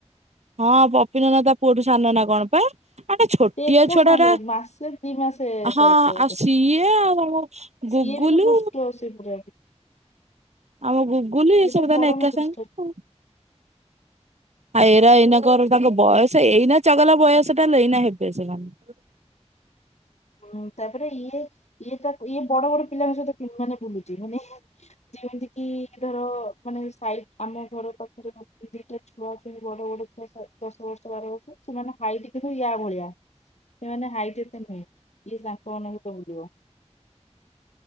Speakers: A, on the right; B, on the left.
A: ହଁ ପପିନ ନା ତା ପୁଅଠୁ ସାନ ନା କଣ ପାଇଁ ଆ ଛୋଟିଆ
B: ସେ ଏକା
A: ଛୁଆ
B: ସାଙ୍ଗେ
A: ଟା
B: ମାସେ ଦି ମାସେ
A: ହେଟ୍ଟା ହଁ
B: ଟାଇପ ର ବୋଧେ
A: ଆଉ ସିଏ ଆଉ ତମ ଗୁଗୁଲୁ।
B: ସିଏ ବି ତ ଦୁଷ୍ଟ ସେ ପୁରା
A: ଆମ ଗୁଗୁଲି
B: ସିଏ
A: ସବୁ
B: ତ
A: ତାନେ
B: ପରମ
A: ଏକା
B: ଦୁଷ୍ଟ
A: ସାଙ୍ଗେ ଆଉ ଆ ଏରା ଏଇନାଙ୍କର
B: ସିଏ
A: ତାଙ୍କ
B: ତ
A: ବୟସ୍କ
B: ପୁ-
A: ସେ ଏଇନା ଚଗଲା ବୟସଟା ତାଲେ ଏଇନା ହେବେ ସେମାନେ।
B: ହୁଁ ତାପରେ ଇଏ ଇଏ ତା ଇଏ ବଡ ବଡ ପିଲାଙ୍କ ସହିତ ମାନେ ବୁଲୁଛି ମାନେ ଯେମିତି କି ଧର ମାନେ ସାଇଟ ଆମ ଘର ପାଖରେ ରହୁଛନ୍ତି ଏ ଛୁଆ ଅଛନ୍ତି ବଡ ବଡ ଛୁଆ ଦଶ ବର୍ଷ ବାର ବର୍ଷ ସେମାନେ ହାଇଟ କିନ୍ତୁ ୟା ଭଳିଆ। ସେମାନେ ହାଇଟ୍ ଏତେ ନୁହେଁ ଇଏ ତାଙ୍କମାନ ହତ ଭୁଲିବ।